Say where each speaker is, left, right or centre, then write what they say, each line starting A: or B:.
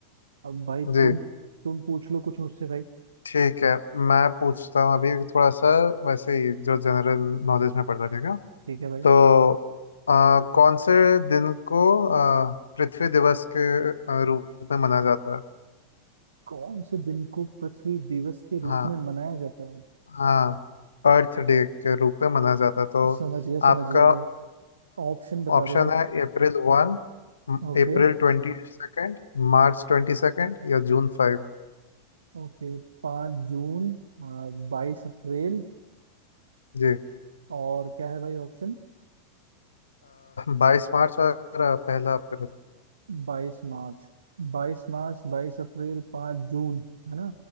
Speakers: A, on the right; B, on the left.
A: अब भाई
B: जी
A: तुम तुम पूछ लो कुछ मुझसे भाई
B: ठीक है मैं पूछता हूँ अभी थोड़ा सा वैसे ही जो जनरल नॉलेज में पड़ता है ठीक है
A: ठीक है भाई
B: तो आ, कौन से दिन को आ, पृथ्वी दिवस के आ, रूप में मनाया जाता है
A: कौन से दिन को पृथ्वी दिवस के रूप
B: हाँ
A: में मनाया जाता है
B: हाँ अर्थ डे के रूप में मनाया जाता है। तो
A: समझ गया समझ
B: आपका
A: गया भाई ऑप्शन बता
B: ऑप्शन
A: दो भाई
B: है अप्रैल वन
A: ओके
B: अप्रैल ट्वेंटी सेकेंड मार्च ट्वेंटी सेकेंड या जून फाइव
A: ओके पाँच जून बाईस अप्रैल
B: जी
A: और क्या है भाई ऑप्शन
B: बाईस मार्च और अ, पहला अप्रैल
A: बाईस मार्च बाईस मार्च बाईस अप्रैल पाँच जून है ना